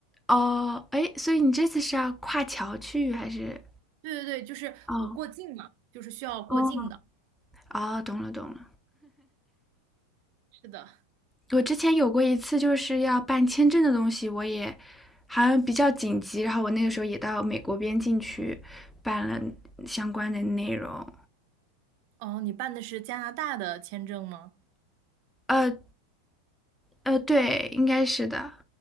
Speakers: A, in the centre; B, on the right (about 55°).
A: 哦，哎，所以你这次是要跨桥去还是？
B: 对对对，就是我过境嘛，
A: 哦，
B: 就是需要过境的。
A: 哦，哦，懂了，懂了。
B: 是的，
A: 我之前有过一次，就是要办签证的东西，我也好像比较紧急，然后我那个时候也到美国边境去办了相关的内容。
B: 哦，你办的是加拿大的签证吗？
A: 呃呃，对，应该是的，